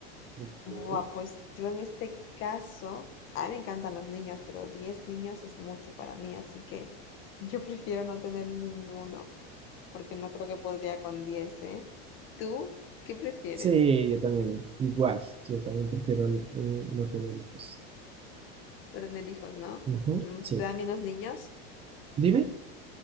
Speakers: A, on the right; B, on the left.
A: Ok.
B: Buah, pues yo en este caso, a mí me encantan los niños, pero 10 niños es mucho para mí, así que yo prefiero no tener ninguno, porque no creo que podría con 10, ¿eh? ¿Tú qué prefieres?
A: Sí, yo también, igual, yo también prefiero eh, no tener hijos.
B: No tener hijos, ¿no?
A: Ujú,
B: Mm,
A: sí.
B: ¿Se te dan bien los niños?
A: Dime.